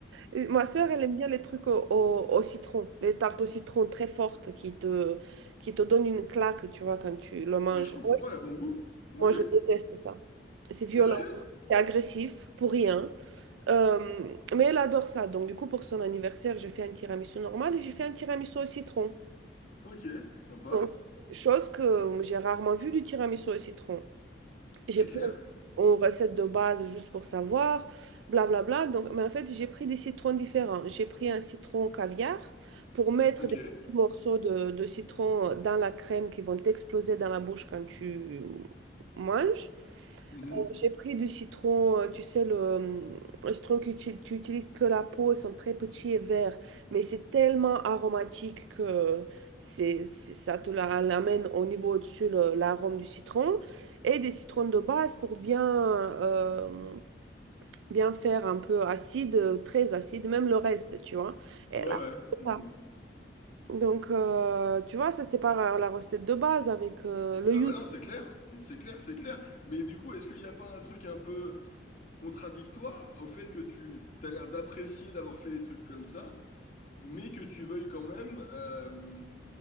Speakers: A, on the right; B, on the left.
A: Et ma sœur, elle aime bien les trucs au, au- au citron, les tartes au citron très fortes qui te, qui te donnent une claque, tu vois, quand tu le manges.
B: Mais je comprends,
A: Moi,
B: elle a bon goût. Oui,
A: moi,
B: oui.
A: je déteste ça. C'est violent,
B: Sérieux?
A: c'est agressif, pour rien. Euh, mais elle adore ça. Donc, du coup, pour son anniversaire, j'ai fait un tiramisu normal et j'ai fait un tiramisu au citron.
B: Ok, sympa.
A: Donc, chose que j'ai rarement vue du tiramisu au citron. J'ai
B: C'est
A: pris
B: clair.
A: une recette de base juste pour savoir, blablabla. Donc, mais en fait, j'ai pris des citrons différents. J'ai pris un citron caviar pour mettre
B: Ok.
A: des petits morceaux de, de citron dans la crème qui vont exploser dans la bouche quand tu manges.
B: Mhm.
A: J'ai pris du citron, euh, tu sais, le, euh, le citron que tu, tu utilises que la peau, ils sont très petits et verts, mais c'est tellement aromatique que c'est, c'est- ça te la- l'amène au niveau au-dessus le- l'arôme du citron. Et des citrons de base pour bien, euh, bien faire un peu acide, euh, très acide, même le reste, tu vois. Et
B: Ouais,
A: là,
B: ouais.
A: c'est
B: Mhm.
A: ça. Donc, euh, tu vois, ça, c'était pas la recette de base avec euh, le
B: Ah
A: yuzu.
B: bah non, c'est clair. C'est clair, c'est clair. Mais du coup, est-ce qu'il n'y a pas un truc un peu... contradictoire au fait que tu t'as l'air d'apprécier d'avoir fait des trucs comme ça, mais que tu veuilles quand même euh,